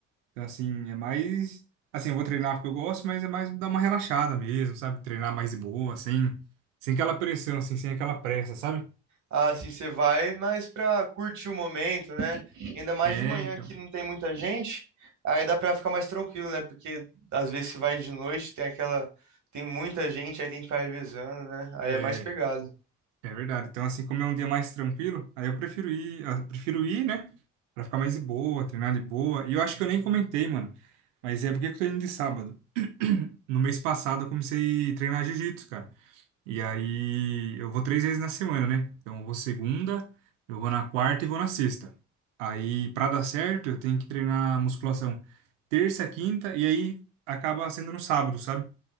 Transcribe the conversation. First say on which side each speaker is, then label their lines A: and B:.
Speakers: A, on the right; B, on the right.
A: Então, assim, é mais. Assim, eu vou treinar porque eu gosto, mas é mais dar uma relaxada mesmo, sabe? Treinar mais de boa, sem, sem aquela pressão, assim, sem aquela pressa, sabe?
B: Ah, Assim, você vai mais pra curtir o momento, né? Ainda mais
A: É,
B: de manhã
A: então.
B: que não tem muita gente, aí dá pra ficar mais tranquilo, né? Porque às vezes você vai de noite, tem aquela. Tem muita gente, aí tem que ficar revezando, né? Aí
A: É,
B: é mais pegado.
A: é verdade. Então, assim, como é um dia mais tranquilo, aí eu prefiro ir, ah, prefiro ir, né? Pra ficar mais de boa, treinar de boa. E eu acho que eu nem comentei, mano. Mas é porque que eu tô indo de sábado. <clears throat> No mês passado eu comecei a treinar jiu-jitsu, cara. E aí eu vou três vezes na semana, né? Então eu vou segunda, eu vou na quarta e vou na sexta. Aí pra dar certo, eu tenho que treinar musculação terça, quinta e aí acaba sendo no sábado, sabe?